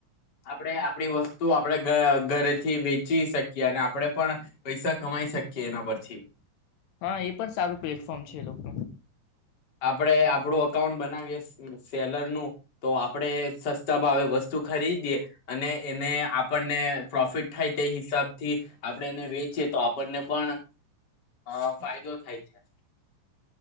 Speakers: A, on the left; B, on the left.
A: આપડે આપડી વસ્તુ તું આપડે ઘ ઘરેથી વેચી શકીએ અને આપડણે પણ પૈસા કમાઈ શકીએ એના પરથી
B: હા એ પણ સારું પ્લેટફોર્મ છે એ લોકો
A: આપડે આપડું અકાઉન્ટ બને સેલર નું તો આપડે તબાવે વસ્તુ ખરીદીે અને એને આપણને પ્રોફિટ થાય તે હિસાબ થી આપણે એને વેચીએ તો આપણને પણ અ ફાયદો થાય છે